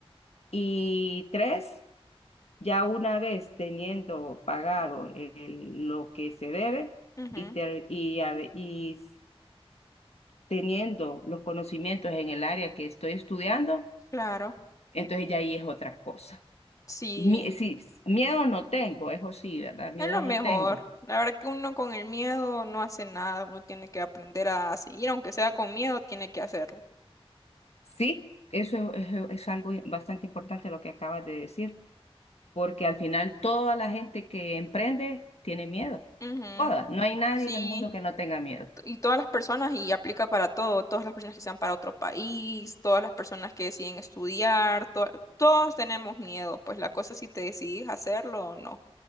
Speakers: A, on the left; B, on the left.
A: Y tres, ya una vez teniendo pagado el- lo que se debe
B: ujú.
A: y, ter- y, a y teniendo los conocimientos en el área que estoy estudiando,
B: Claro,
A: entonces ya ahí es otra cosa.
B: sí,
A: Mi- sí, miedo no tengo, eso sí, ¿verdad? Miedo
B: es lo
A: no
B: mejor.
A: tengo.
B: La verdad que uno con el miedo no hace nada, uno tiene que aprender a seguir, aunque sea con miedo, tiene que hacerlo.
A: Sí, eso es, es- es algo bastante importante lo que acabas de decir, porque al final toda la gente que emprende tiene miedo.
B: Ujú,
A: Toda, no hay nadie
B: Sí,
A: en el mundo que no tenga miedo.
B: y todas las personas y aplica para todo, todas las personas que sean para otro país, todas las personas que deciden estudiar, to- todos tenemos miedo, pues la cosa es si te decidís hacerlo o no.